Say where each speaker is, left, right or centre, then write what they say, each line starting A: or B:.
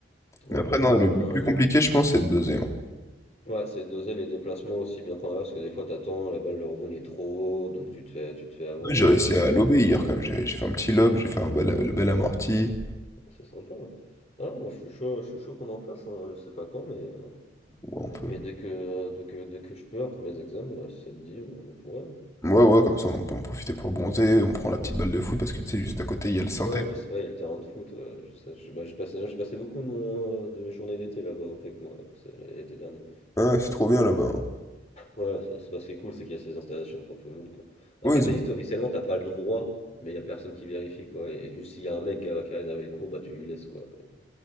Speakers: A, on the left (about 35°); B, on the left (about 15°).
A: Ouais,
B: Mais après,
A: bah, je
B: non,
A: suis chaud
B: le, le
A: carrément.
B: plus compliqué, je pense, c'est de doser. hein.
A: Ouais, c'est doser les déplacements aussi bien prendre parce que des fois, t'attends, la balle, le rebond, il est trop haut, donc tu te fais, tu te fais avoir,
B: Ouais, J'ai réussi
A: donc faut
B: à
A: faire
B: lober
A: attention.
B: hier, quand même. J'ai j'ai fait un petit lob, j'ai fait un bel, le bel amorti.
A: C'est sympa. ouais. Ah, moi, je suis chaud, je suis chaud qu'on en fasse, hein, je sais pas quand, mais, euh,
B: Ouais, on peut.
A: mais dès que, dès que, dès que je peux, après mes examens, euh, si ça te dit, on pourrait. hein.
B: Ouais, ouais, comme ça, on peut en profiter pour bronzer. On prend la petite balle de foot, parce que, tu sais, juste à côté, il y a le synthé.
A: Ouais, je sais, ouais, il y a le terrain de foot. ouais, je sais, je, bah, j'ai passé je passais beaucoup de mon, euh, de mes journées d'été là-bas au PEC, moi, c'est- l'été dernier.
B: Ouais, c'est trop bien, là-bas. hein.
A: Ouais, c'est c'est parce qui est cool, c'est qu'il y a ces installations pour tout le monde, quoi. Après,
B: Oui, ils
A: t'as
B: ont...
A: dit que officiellement, t'as pas le droit, mais il y a personne qui vérifie, quoi. Et, juste s'il y a un mec qui a, qui a réservé le cours, bah tu lui laisses, quoi. Mais-